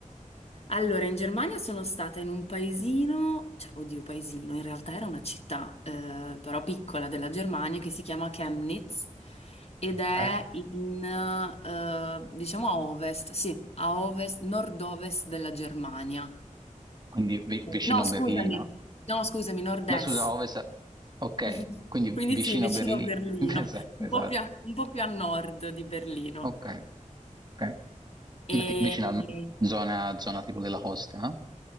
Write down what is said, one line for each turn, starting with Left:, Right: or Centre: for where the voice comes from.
Left: Allora, in Germania sono stata in un paesino, cioè, oddio, paesino, in realtà era una città, eh, però piccola della Germania, che si chiama Chemnitz ed
Right: ok.
Left: è in, eh, diciamo a ovest, sì, a ovest, nord-ovest della Germania.
Right: Quindi vi- vicino
Left: No, scusami,
Right: Berlino.
Left: no, scusami, nord-est.
Right: La scusa, a ovest. Ok,
Left: <laughs>
Right: quindi
Left: Quindi
Right: vicino
Left: sì, vicino
Right: Berlino.
Left: a Berlino,
Right: <laughs> Esatto,
Left: un
Right: esatto.
Left: po' più a, un po' più a nord di Berlino.
Right: Ok, ok.
Left: E...
Right: Ma ti- vicino a zona, zona tipo della costa? eh?